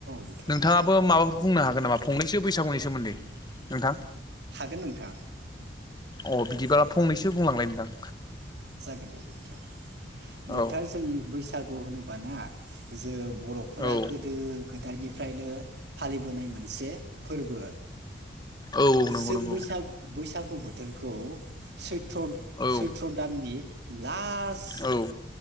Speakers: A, on the right; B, on the left.
A: दोगथार
B: नोंथाङाबो माबाफोर बुंनो हागोन नामा फंनैसो बैसागुनि सोमोन्दै नोंथां
A: हागोन नोंथां
B: अ बिदिबा फंनैसो बुंलांलाय नोंथां
A: जागोन दे नोंथां नोंथां
B: औ
A: जों बैसागु होनोबाना जों बर'फोरा
B: औ
A: गोदो गोदायनिफ्रायनो फालिबोनाय मोनसे फोरबो
B: औ नंगौ
A: जों
B: नंगौ
A: बैसागु बैसागु बोथोरखौ सैथ्र
B: औ
A: सैथ्र बे लास्ट
B: औ